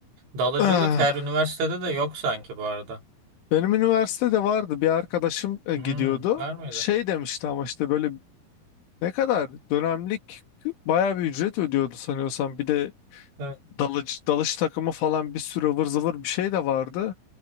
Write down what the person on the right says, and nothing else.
Dalıcılık
her üniversitede de yok sanki bu arada.
Hmm, var mıydı?
Evet.